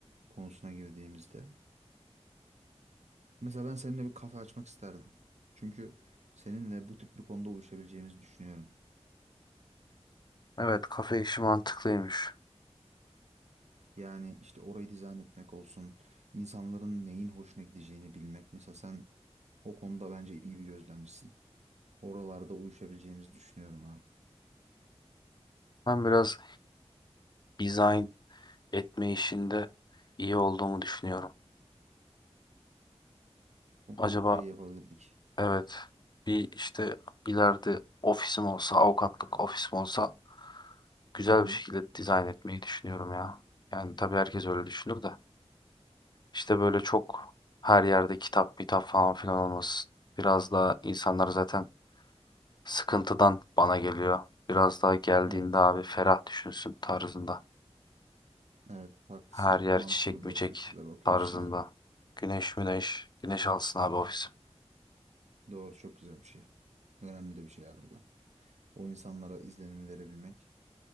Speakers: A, on the right; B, on the left.
A: konusuna girdiğimizde mesela ben seninle bir kafe açmak isterdim. Çünkü seninle bu tip bir konuda uyuşabileceğimizi düşünüyorum.
B: Evet, kafe işi mantıklıymış.
A: Yani işte orayı dizayn etmek olsun, insanların neyin hoşuna gideceğini bilmek. Mesela sen o konuda bence iyi bir gözlemcisin. Oralarda uyuşabileceğimizi düşünüyorum abi.
B: Ben biraz dizayn etme işinde iyi olduğumu düşünüyorum.
A: Bunu
B: Acaba
A: birlikte yapabilirdik.
B: evet bir işte ileride ofisim olsa, avukatlık ofisim olsa güzel
A: Hı hı.
B: bir şekilde dizayn etmeyi düşünüyorum ya. Yani tabii herkes öyle düşünür de. İşte böyle çok her yerde kitap, kitap falan filan olması biraz daha insanlar zaten sıkıntıdan bana geliyor. Biraz daha geldiğinde
A: Evet.
B: abi ferah düşünsün tarzında.
A: Evet haklısın.
B: Her yer
A: Mantıklı
B: çiçek
A: bir
B: böcek
A: bakış açısıyla bakıyorsun
B: tarzında.
A: abi.
B: Güneş müneş. Güneş alsın abi ofisim.
A: Doğru çok güzel bir şey. Önemli de bir şey harbiden. O insanlara izlenimi verebilmek